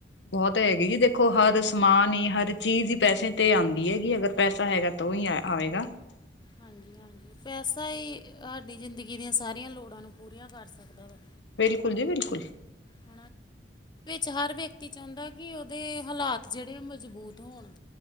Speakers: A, on the left; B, on the left.
A: ਬਹੁਤ ਹੈਗੀ ਜੀ ਦੇਖੋ ਹਰ ਸਮਾਨ ਈ, ਹਰ ਚੀਜ਼ ਈ ਪੈਸੇ ਤੇ ਆਂਦੀ ਹੈਗੀ ਅਗਰ ਪੈਸਾ ਹੈਗਾ ਤੋਂ ਈ ਆ ਆਵੇਗਾ।
B: ਹਾਂਜੀ-ਹਾਂਜੀ ਪੈਸਾ ਈ ਹਾਡੀ ਜ਼ਿੰਦਗੀ ਦੀਆਂ ਸਾਰੀਆਂ ਲੋੜਾਂ ਨੂੰ ਪੂਰੀਆਂ ਕਰ ਸਕਦਾ ਵਾ।
A: ਬਿਲਕੁੱਲ ਜੀ ਬਿਲਕੁੱਲ।
B: ਹਨਾ ਵਿੱਚ ਹਰ ਵਿਅਕਤੀ ਚਾਹੁੰਦਾ ਕਿ ਉਦੇ ਹਾਲਾਤ ਜੇੜੇ ਓ ਮਜ਼ਬੂਤ ਹੋਣ।